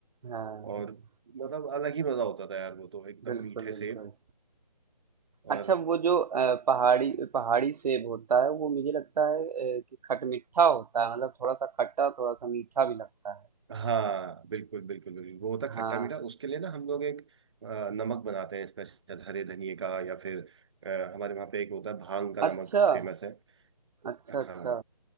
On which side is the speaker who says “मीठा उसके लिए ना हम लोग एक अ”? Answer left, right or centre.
Right